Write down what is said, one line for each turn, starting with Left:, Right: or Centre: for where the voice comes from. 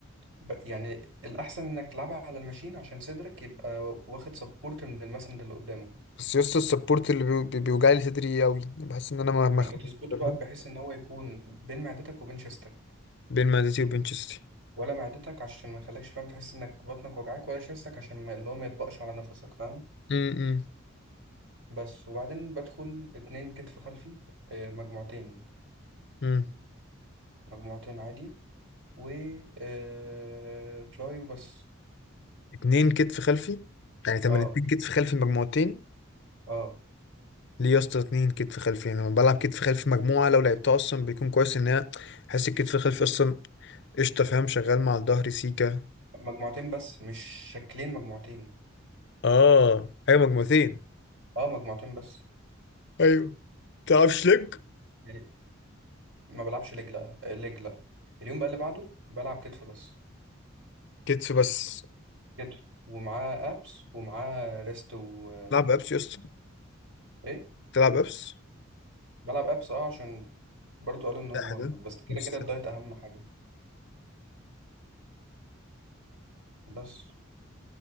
Right: ب- يعني الأحسن إنك تلعبها على الماشين عشان صدرك يبقى واخد سبورت من المسند اللي قدامه
Left: بس يا اسطى السبورت اللي بيو- بي- بيوجع لي صدري قوي بحس ان انا م- مخنوق
Right: ما انت تظبطه
Left: كده،
Right: بقى
Left: فاهم؟
Right: بحيث ان هو يكون بين معدتك وبين شيستك
Left: بين معدتي وبين شستي
Right: ولا معدتك عشان ما يخليكش فاهم تحس انك بطنك وجعاك ولا شيستك عشان ما اللي هو ما يطبقش على نفسك فاهم
Left: امم
Right: بس وبعدين بدخل اتنين كتف خلفي آه، مجموعتين
Left: امم
Right: مجموعتين عادي و آه، تراي وبس
Left: اتنين كتف خلفي يعني تمرينتين
Right: اه
Left: كتف خلفي مجموعتين
Right: اه
Left: ليه يا اسطى اتنين كتف خلفي انا لما بلعب كتف خلفي مجموعه لو لعبتها اصلا بيكون كويس ان هي احس الكتف الخلفي اصلا قشطه فاهم شغال مع الظهر سيكا
Right: مجموعتين بس مش شكلين مجموعتين
Left: اه ايوه مجموعتين
Right: اه مجموعتين بس
Left: ايوه تلعبش لج
Right: يعني ما بلعبش ليج لا آه، ليج لا اليوم بقى اللي بعده بلعب كتف بس
Left: كتف بس
Right: كتف ومعاه ابس ومعاه ريست و آه،
Left: تلعب ابس يا اسطى
Right: ايه
Left: تلعب ابس
Right: بلعب ابس اه عشان برضو قالوا ان هي
Left: ده
Right: مهمه
Left: حلو
Right: بس كده
Left: بس
Right: كده الدايت اهم حاجه بس